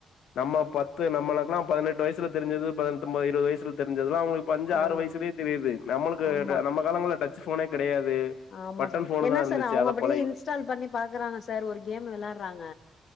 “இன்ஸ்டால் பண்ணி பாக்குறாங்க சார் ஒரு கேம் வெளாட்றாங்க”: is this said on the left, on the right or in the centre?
Left